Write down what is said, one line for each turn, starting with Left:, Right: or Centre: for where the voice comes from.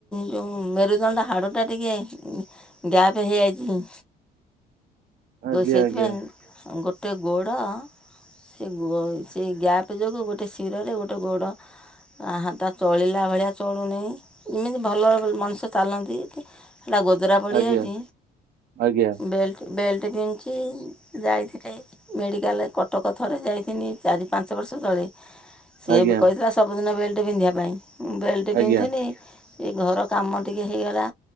Centre: ଯୋଉ ମେରୁଦଣ୍ଡ ହାଡ଼ୁଟା ଟିକେ ଗ୍ୟାପ ହେଇ ଆଇଚି।
Right: ଆଜ୍ଞା
Centre: ସେଇଥିପାଇଁ
Right: ଆଜ୍ଞା
Centre: ଗୋଟେ ଗୋଡ଼ ସେ ଗୋ ସେ ଗ୍ୟାପ୍ ଯୋଗୁଁ ଗୋଟେ ଶିରରେ ଗୋଟେ ଗୋଡ଼ ଆହା ତା ଚଳିଲା ଭଳିଆ ଚଳୁନି ଏମିତି ଭଲ ମଣିଷ ଚାଲନ୍ତି। ହେଲା ଗୋଦରା ପଡ଼ିଯାଉଛି
Right: ଆଜ୍ଞା ଆଜ୍ଞା
Centre: ବେଲ୍ଟ ବେଲ୍ଟ ପିନ୍ଞ୍ଚି ଯାଇଥିନି ମେଡିକାଲ କଟକ ଥରେ ଯାଇିଥିନି ଚାରି ପାଞ୍ଚ ବର୍ଷ ତଳେ ସିଏ
Right: ଆଜ୍ଞା
Centre: ବି କହିଥିଲା ସବୁଦିନ ବେଲ୍ଟ ପିନ୍ଧିବା ପାଇଁ ମୁଁ ବେଲ୍ଟ
Right: ଆଜ୍ଞା
Centre: ପିନ୍ଧଥିନି ଏଇ ଘର କାମ ଟିକେ ହେଇଗଲା